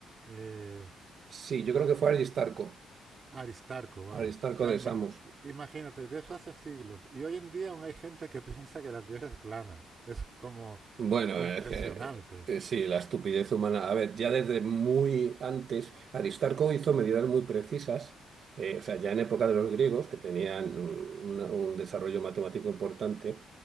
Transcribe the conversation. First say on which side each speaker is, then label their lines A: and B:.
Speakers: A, on the right; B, on the right.
A: eh,
B: Sí,
A: fue
B: yo creo que fue Aristarco,
A: Aristarco, vale.
B: Aristarco
A: O sea,
B: de
A: ima-
B: Samos.
A: imagínate, de eso hace siglos. Y hoy en día aún hay gente que <laughs> piensa que la Tierra es plana. Es como
B: Bueno,
A: impresionante.
B: es que, eh, sí, la estupidez humana. A ver, ya desde muy antes, Aristarco hizo medidas muy precisas, eh, o sea, ya en época de los griegos, que tenían un, una- un desarrollo matemático importante,